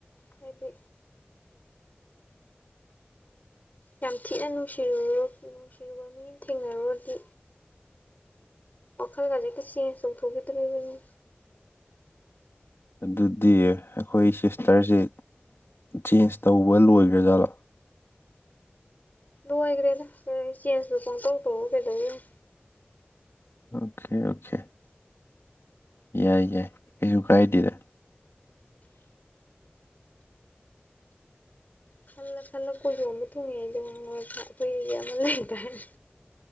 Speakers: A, on the left (about 45°); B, on the left (about 85°).
A: ꯍꯥꯏꯗꯤ ꯌꯥꯝ ꯊꯤꯅ ꯅꯨꯡꯁꯤꯔꯨꯔꯣ ꯅꯨꯡꯁꯤꯔꯨꯕ ꯃꯤ ꯑꯃ ꯊꯦꯡꯅꯔꯨꯔꯗꯤ ꯋꯥꯈꯜꯒꯥꯁꯦ ꯍꯦꯛꯇ ꯆꯦꯟꯁ ꯇꯧꯊꯣꯛꯈꯤꯗꯧꯔꯤꯕꯅꯤ
B: ꯑꯗꯨꯗꯤ ꯑꯩꯈꯣꯏ ꯁꯤꯁꯇꯔꯁꯦ ꯆꯦꯟꯖ ꯇꯧꯕ ꯂꯣꯏꯈ꯭ꯔꯖꯥꯠꯂꯣ
A: ꯂꯣꯏꯒ꯭ꯔꯦꯗ ꯀ ꯆꯦꯟꯖꯄꯨ ꯄꯪꯇꯧ ꯇꯧꯔ ꯀꯩꯗꯧꯗꯣꯏꯅꯣ
B: ꯑꯣꯀꯦ ꯑꯣꯀꯦ ꯌꯥꯏ ꯌꯥꯏ ꯀꯩꯁꯨ ꯀꯥꯏꯗꯦꯗ
A: ꯈꯜꯂ ꯈꯜꯂ ꯀꯣꯏꯖꯣꯝꯕ ꯊꯨꯡꯉꯦꯗꯣ <unintelligible> ꯑꯩꯈꯣꯏꯒꯤ ꯑꯃ ꯂꯩꯗꯥꯏ